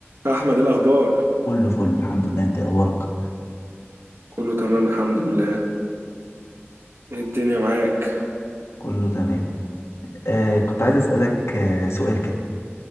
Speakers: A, on the right; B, on the left.
A: أحمد إيه الأخبار؟
B: كله فل الحمد لله انت إيه اخبارك
A: كله تمام الحمد لله إيه الدنيا معاك؟
B: كله تمام آه كنت عايز اسالك آه سؤال كده